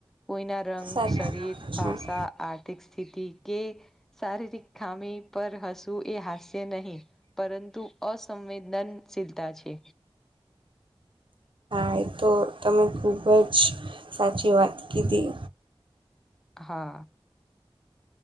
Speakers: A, in the centre; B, on the right.
A: કોઈના રંગ
B: સાચું
A: શરીર
B: હમ.
A: ભાષા આર્થિક સ્થિતિ કે શારીરિક ખામી પર હશું એ હાસ્ય નહીં પરંતુ અસંવેદનશીલતા છે.
B: હ તો તમે ખૂબ જ સાચી વાત કીધી.
A: હા.